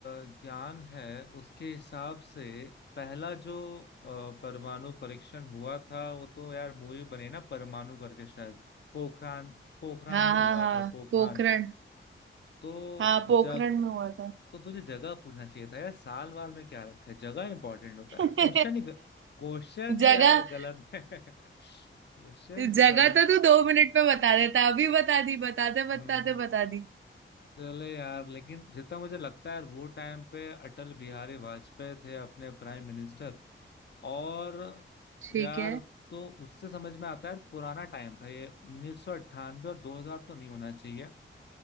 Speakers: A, on the left; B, on the right.
A: ज्ञान है उसके हिसाब से पहला जो अ, परमाणु परीक्षण हुआ था वो तो यार मूवी बने ना परमाणु करके शायद पोखरान पोखरान
B: हाँ
A: में
B: हाँ
A: हुआ
B: हाँ
A: था पोखरान
B: पोखरण
A: में तो
B: हाँ पोखरण
A: जग
B: में हुआ था
A: तो तुझे जगह पूछना चाहिए था यार साल वाल में क्या रखा है जगह इंपॉर्टेंट होता है
B: <laughs>
A: यार क्वेश्चन ही क्वेश्चन
B: जगह
A: यार गलत है <laughs> क्वेश्चन तो
B: जगह
A: थोड़ा
B: तो तू दो मिनट में बता देता अभी बता दी बताते
A: हम्म
B: बताते बता दी
A: चले यार लेकिन जितना मुझे लगता है यार वो टाइम पे अटल बिहारी वाजपेयी थे अपने प्राइम मिनिस्टर और
B: ठीक
A: यार
B: है
A: तो उससे समझ में आता है यार पुराना टाइम था ये 1998 और 2000 तो नहीं होना चाहिए